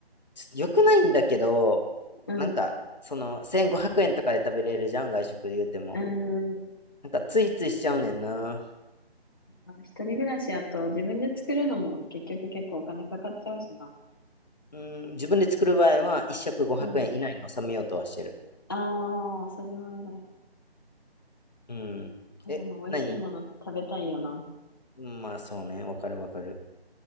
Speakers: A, on the left; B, on the left.
A: ちょ良くないんだけど、
B: うん。
A: なんか、
B: う
A: その、1500円とかで食べれるじゃん、外食で言うても。
B: ーん。
A: なんか、ついついしちゃうねんな。
B: まあ一人暮らしやと自分で作るのも結局結構お金かかっちゃうしな。
A: うん、自分で作る場合は、1食500円以内に収めようとはしてる。
B: うん。ああ、それは偉い。
A: うん。
B: あ、
A: え、
B: でも美味しいもの食べたいよな。
A: 何うんまあそうね、わかるわかる。